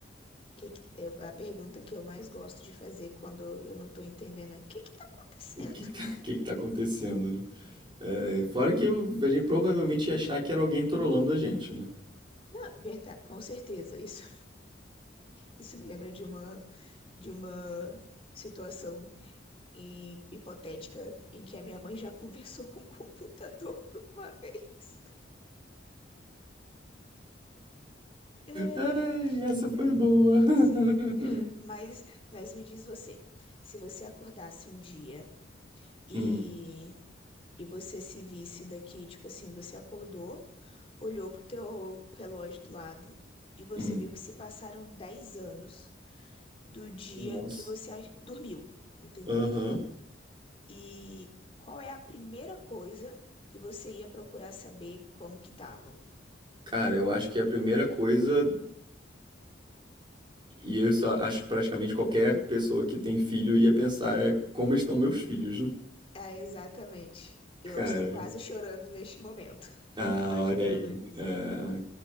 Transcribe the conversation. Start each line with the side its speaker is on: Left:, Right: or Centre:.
Left: que que- é a pergunta que eu mais gosto de fazer quando eu não tô entendendo é o que que tá acontecendo?
Right: O que que tá, <laughs> que que tá acontecendo, né? É, fora que a gente provavelmente ia achar que era alguém trolando a gente, né?
Left: Não, verdade, com certeza, isso Isso me lembra de uma, de uma situação hi- hipotética em que a minha mãe já conversou com o computador <laughs> uma vez. Ai,
Right: Ai, essa foi
Left: ai,
Right: boa. <laughs>
Left: sei. Mas, mas me diz você, se você acordasse um dia e,
Right: Hum,
Left: e você se visse daqui, tipo assim, você acordou, olhou pro teu relógio do lado e você
Right: hum.
Left: viu que se passaram 10 anos do dia
Right: Nossa.
Left: que você a- dormiu, entendeu?
Right: Aham.
Left: E qual é a primeira coisa que você ia procurar saber como que tava?
Right: Cara, eu acho que a primeira coisa, e eu só acho que praticamente qualquer pessoa que tem filho ia pensar,
Left: <laughs>
Right: é como estão meus filhos, né?
Left: Ah, exatamente. Eu
Right: Cara.
Left: estou quase chorando neste momento, <laughs>
Right: Ah,
Left: imaginando
Right: olha aí.
Left: isso.
Right: Ah,